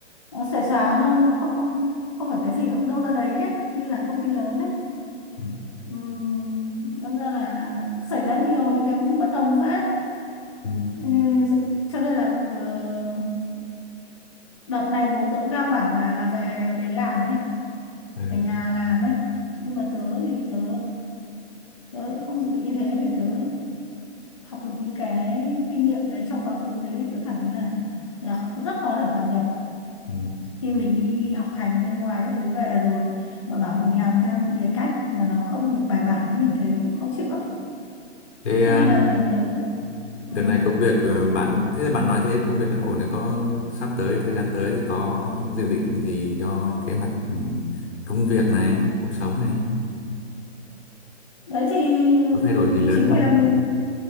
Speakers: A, on the left; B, on the left.
A: nó xòe xòa hơn nó không không không phải cái gì nó cũng đâu ra đấy ấy như là công ty lớn ấy
B: Ừ.
A: Ừm, đâm ra là xảy ra nhiều những cái bất đồng phết
B: Ừ.
A: Ừm, dự- cho nên là ờ, đợt này bố tớ cũng đang bảo là về đấy làm ấy
B: Ừ.
A: về nhà làm ấy nhưng mà tớ thì tớ tớ lại không dự định như thế vì tớ học được những cái kinh nghiệm đấy trong quá khứ đấy thì tớ cảm thấy là là rất khó để hòa nhập
B: Ừ.
A: khi mình đi đi học hành bên ngoài các thứ về rồi mà bảo mình làm theo những cái cách mà nó không được bài bản thì mình thấy khó chịu lắm
B: Thế à,
A: cái này là tớ ừ.
B: Đợt này công việc ờ, bạn thế là bạn nói thế công việc đang ổn đấy có sắp tới thời gian tới thì có dự định gì cho kế hoạch ừ, công việc này, cuộc sống này,
A: đấy thì
B: có thay đổi gì lớn
A: chính
B: không?
A: vì là mình